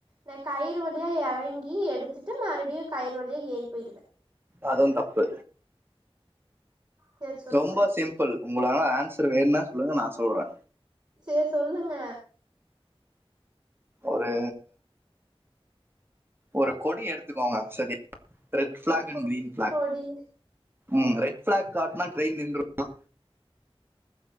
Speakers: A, on the right; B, on the right.
A: நா கயிறு வழியா எறங்கி எடுத்துட்டு மறுபடியு கயிறு வழியா ஏறி போயிருவே
B: அதுவு தப்பு
A: சேரி சொல்லுங்க
B: ரொம்ப சிம்பிள் உங்கள ஆன்ஸ் த்ரு வேண்ணா சொல்லுங்க நா சொல்றே
A: சேரி சொல்லுங்க
B: ஒரு ஒரு கொடி எடுத்துக்கோங்க சரியா ரெட் பிளாக்
A: கொ
B: அண்ட் கிரீன் பிளாக்
A: கொடி
B: ம் ரைட் ஃபிளாக் காட்னா ட்ரெயின் நின்றுமா